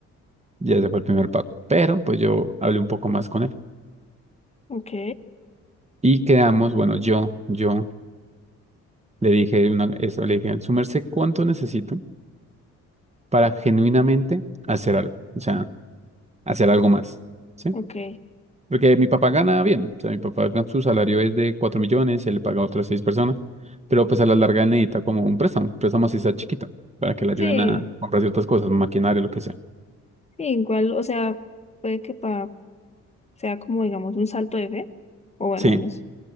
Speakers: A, on the right (about 20°); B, on the left (about 20°).
A: Ya ese fue el primer pago. Pero pues yo hablé un poco más con él.
B: Ok,
A: Y quedamos, bueno, yo, yo. Le dije una, eso, le dije, su merced, ¿cuánto necesito para genuinamente hacer algo? O sea, hacer algo más, ¿sí?
B: ok.
A: Porque mi papá gana bien, o sea, mi papá gana- su salario es de 4 millones, él le paga a otras 6 personas, pero pues a la larga él necesita como un préstamo, préstamo así sea chiquito, para que le ayuden
B: Sí,
A: a comprar ciertas cosas, maquinaria, lo que sea.
B: sí, igual, o sea, puede que pa sea como, digamos, un salto de fe. O bueno,
A: Sí,
B: no sé.